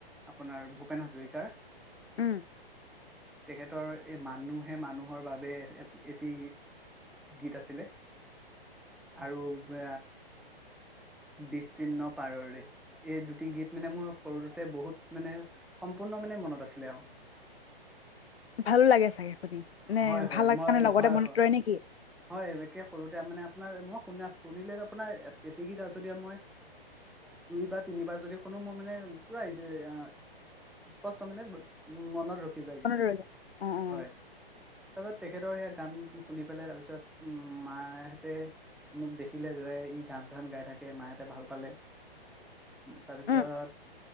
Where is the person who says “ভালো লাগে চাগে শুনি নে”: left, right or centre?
Left